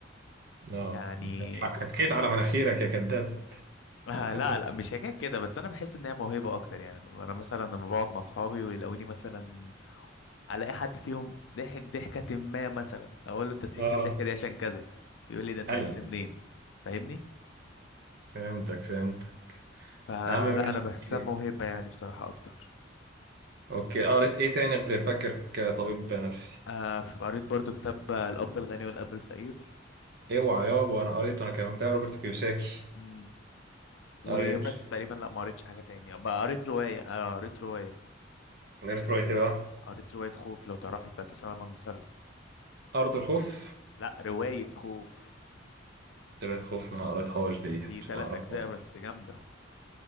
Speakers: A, on the right; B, on the left.
A: اه
B: يعني
A: انت حكيت على مناخيرك يا كذاب
B: <laughs> آه
A: عارف
B: لا
A: انت
B: لا مش حكايه كده بس انا بحس ان هي موهبه اكتر يعني انا مثلا لما بقعد مع اصحابي ويلاقوني مثلا الاقي حد فيهم ضحك ضحكه ما مثلا اقول له انت ضحكت
A: اه
B: الضحكه دي عشان كذا يقول لي ده انت
A: حلو
B: عرفت
A: يعني
B: منين فاهمني
A: فهمتك فهمتك
B: فلا
A: يا عم ماشي
B: انا بحسها
A: اوكي
B: موهبه يعني بصراحه اكتر
A: اوكي آه، قريت ايه تاني غير فاكر كطبيب نفسي
B: آه قريت برضو كتاب آه، الأب الغني والأب الفقير
A: اوعى يابا انا قريته انا كمان بتاع روبرت كيوساكي
B: مم، وبس
A: قريته
B: تقريبا لا ما قريتش حاجة تاني بقى قريت رواية آه قريت رواية
A: قريت رواية ايه بقى
B: قريت رواية خوف لو تعرفها بتاعت أسامة من المسلم
A: ارض الخوف
B: لا رواية خوف
A: قريت خوف ما قريتهاش ديت
B: دي تلات
A: ما اعرفهاش
B: أجزاء بس جامدة